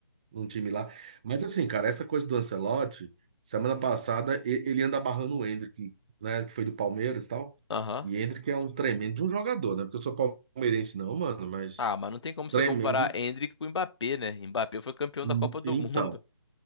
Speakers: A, on the right; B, on the left.
A: num time lá. Mas assim, cara, essa coisa do Ancelotti, semana passada e- ele anda barrando o Endrick, né? Que foi do Palmeiras e tal.
B: Aham.
A: E Endrick é um tremendo de um jogador, né? Porque eu sou palmeirense, não, mano, mas
B: Ah, mas não tem como
A: tremendo.
B: você comparar Endrick com o Mbappé, né? Mbappé foi campeão
A: hum,
B: da Copa do
A: Então.
B: Mundo.